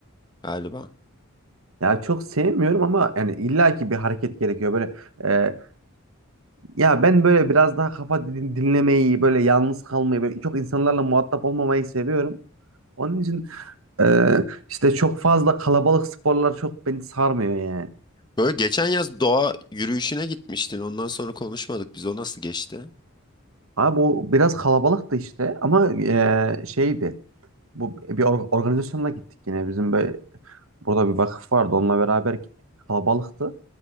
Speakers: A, on the left; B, on the right.
A: galiba.
B: Ya çok sevmiyorum ama yani illaki bir hareket gerekiyor böyle e, ya ben böyle biraz daha kafa din- dinlemeyi böyle yalnız kalmayı böyle çok insanlarla muhatap olmamayı seviyorum. Onun için e, işte çok fazla kalabalık sporlar çok beni sarmıyor yani.
A: Böyle geçen yaz doğa yürüyüşüne gitmiştin. Ondan sonra konuşmadık. Biz o nasıl geçti?
B: Abi bu biraz kalabalıktı işte ama e, şeydi. Bu bir or- organizasyonla gittik yine. Bizim böyle burada bir vakıf vardı. Onunla beraber gittik. Kalabalıktı.